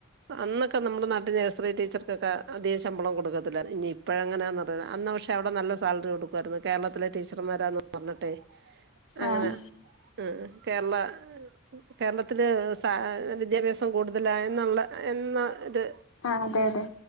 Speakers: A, on the right (about 50°); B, on the left (about 65°).
A: അന്നക്കെ നമ്മിടെ നാട്ടിൽ നഴ്സറി ടീച്ചർക്കൊക്കെ അധികം ശമ്പളം കൊടുക്കത്തില്ല ഇനി ഇപ്പോഴ എങ്ങനാന്ന് പക്ഷെ അവിടെ നല്ല സാലറി കൊടുക്കാർന്ന് കേരളത്തിൽ ഇ ടീച്ചർമാരാന്ന പറഞ്ഞട്ടെ അങ്ങനെ
B: ആഹ്
A: ഉ കേരള കേരളത്തില് സ വിദ്യാഭ്യാസം കൂടുതല എന്നുള്ള എന്ന അത്
B: ആഹ് അതെ അതെ